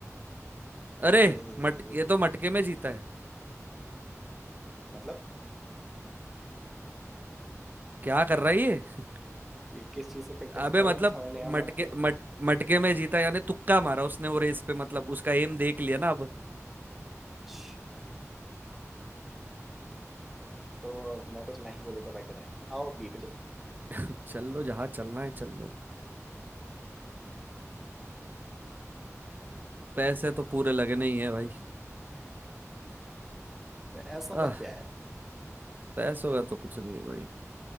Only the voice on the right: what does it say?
अरे
मट
ये
तो मटके में जीता है
क्या कर रहा है ये <laughs>
अबे
मतलब
मटके
मट मटके में जीता यानी तुक्का मारा उसने वो रेस पे मतलब उसका एम देख लिया ना अब
<laughs> चल लो जहाँ चलना है चल लो पैसे तो पूरे लगने ही है भाई
आह
पैसों का तो कुछ नहीं है भाई